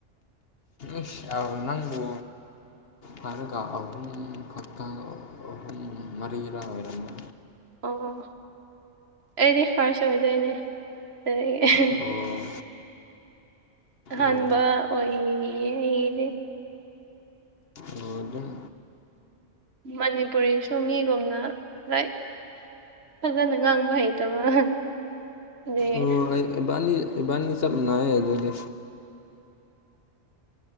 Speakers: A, on the left (about 55°); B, on the right (about 60°).
A: ꯑꯁ ꯌꯥꯝ ꯅꯪꯕꯨ ꯍꯥꯏꯔꯒ ꯑꯍꯨꯝ ꯈꯛꯇꯪ ꯑꯍꯨꯝ ꯃꯔꯤꯔꯥ ꯑꯣꯏꯔꯝꯃꯤ
B: ꯑꯣ ꯑꯩꯗꯤ ꯐꯥꯔꯁ ꯑꯣꯏꯗꯣꯏꯅꯦ ꯑꯗꯒꯤ
A: ꯑꯣ
B: ꯑꯍꯥꯟꯕ
A: ꯑꯣ
B: ꯑꯣꯏꯌꯦ ꯑꯩꯁꯦ
A: ꯃ ꯑꯗꯨꯨꯝ
B: ꯃꯅꯤꯄꯨꯔꯤꯁꯨꯣ ꯃꯤꯒꯨꯝꯅ ꯂꯥꯏ ꯐꯖꯅ ꯉꯥꯡꯕ ꯍꯩꯇꯕꯔ ꯑꯗꯨꯒꯤ
A: ꯑꯣ ꯏꯕꯥꯅꯤ ꯏꯕꯥꯅꯤ ꯆꯞ ꯃꯥꯟꯅꯩꯌꯦ ꯑꯗꯨꯗꯤ